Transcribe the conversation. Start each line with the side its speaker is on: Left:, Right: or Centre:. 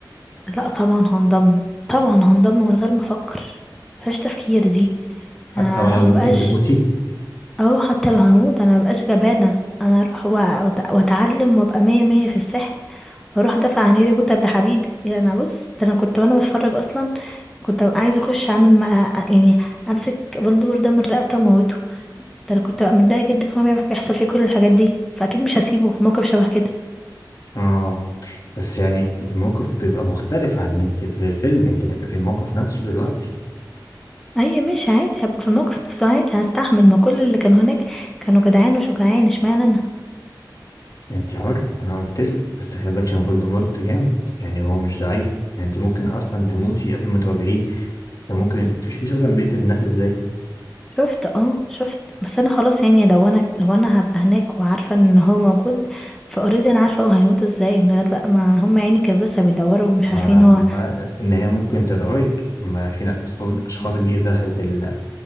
Centre: لا طبعا هنضم طبعا هنضم من غير ما افكر مفيهاش تفكير دي
Left: حتى
Centre: انا
Left: ولو
Centre: مبقاش
Left: ممكن تموتي
Centre: اه حتى لو هموت انا مبقاش جبانة انا اروح وأ- وأت- واتعلم وابقى مية مية في السحر واروح ادافع عن هاري بوتر ده حبيبي يعني انا بص ده انا كنت وانا بتفرج اصلا كنت ببقى عايزة اخش اعمل مع يعني امسك فولدور ده من رقبته واموته ده انا كنت ببقى متضايقة جدا هو بيعمل- بيحصل فيه كل الحاجات دي فاكيد مش هسيبه في موقف شبه كده
Left: اه بس يعني الموقف بيبقى مختلف عن ان انت في الفيلم انت تبقى في الموقف نفسه دلوقتي
Centre: اي ماشي عادي هبقى في الموقف نفسه عادي هستحمل ما كل اللي كانوا هناك كانوا جدعان وشجعان اشمعنى
Left: يعني انت حر انا قلت لك بس خلي بالك عشان فولدمورت جامد يعني هو مش ضعيف يعني انت ممكن اصلا تموتي قبل ما تواجهيه ده ممكن انت مش شفتيش اصلا بيقتل الناس ازاي
Centre: شفت اه شفت بس انا خلاص يعني لو انا لو انا هبقى هناك وعارفه ان هو موجود فاوريدي انا عارفه هو هيموت ازاي من غير بقى ما هم يعني كانوا لسه بيدوروا ومش
Left: ما
Centre: عارفين هو
Left: ما- ان هي ممكن تتغير طب ما في ناس اشخاص
Centre: مم.
Left: أشخاص جديده دخلت ال-